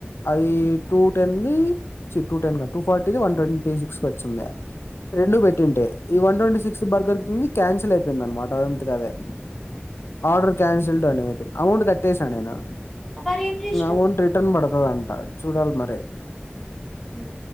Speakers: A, on the left; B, in the centre.
A: అది టూట్ న్ని two ten two forty one twenty six వచ్చింది రెండు పెట్టింటే ఈ వన్ ట్వంటీ సిక్స్ బర్గర్ కి క్యాన్సిల్ అయిపోయింది అనమాట దానంతట అదే ఆర్డర్ క్యాన్సల్ డు అమౌంట్ కట్టేశాను
B: మరి ఏం చేసినావ్
A: అమౌంట్ రిటర్న్ పడతది అంట చూడాలి మరి
B: ఉ